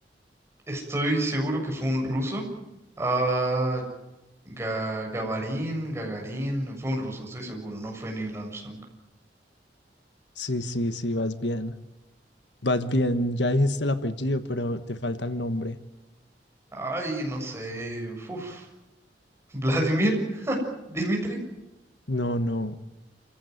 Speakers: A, on the right (about 15°); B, on the left (about 80°).
A: Estoy seguro que fue un ruso. Ah, Ga- Gavarin, Gagarin. Fue un ruso, estoy seguro. No fue Neil Armstrong.
B: Sí, sí, sí, vas bien. Vas bien, ya dijiste el apellido, pero te falta el nombre.
A: Ay, no sé. Uf. <laughs> Vladimir, Dimitri.
B: No, no.